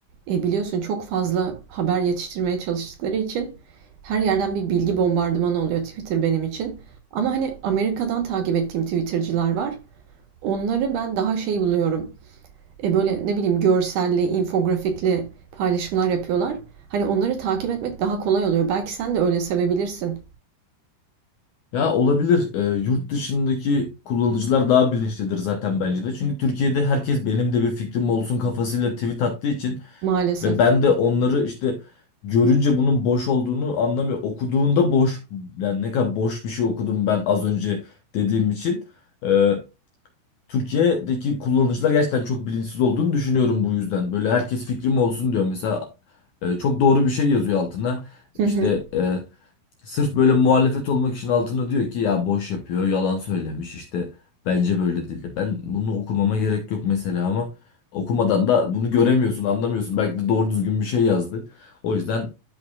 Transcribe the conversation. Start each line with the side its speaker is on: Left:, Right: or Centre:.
Right: e, biliyorsun çok fazla haber yetiştirmeye çalıştıkları için her yerden bir bilgi bombardımanı oluyor Twitter benim için. Ama hani Amerika'dan takip ettiğim Twitter'cılar var. Onları ben daha şey buluyorum. E, böyle ne bileyim görselli, infografikli paylaşımlar yapıyorlar. Hani onları takip etmek daha kolay oluyor. Belki sen de öyle sevebilirsin
Left: Ya olabilir e, yurt dışındaki kullanıcılar daha bilinçlidir zaten bence de. Çünkü Türkiye'de herkes benim de bir fikrim olsun kafasıyla tweet attığı için
Right: maalesef.
Left: ve ben de onları işte görünce bunun boş olduğunu anlamıyor. Okuduğunda boş yani ne kadar boş bir şey okudum ben az önce dediğim için. e, Türkiye'deki kullanıcılar gerçekten çok bilinçsiz olduğunu düşünüyorum bu yüzden. Böyle herkes fikrim olsun diyor. Mesela e, çok doğru bir şey yazıyor altına.
Right: <laughs>
Left: İşte e, sırf böyle muhalefet olmak için altına diyor ki ya boş yapıyor, yalan söylemiş işte bence böyle değil. Ben bunu okumama gerek yok mesela ama okumadan da bunu göremiyorsun, anlamıyorsun. Belki de doğru düzgün bir şey yazdı. O yüzden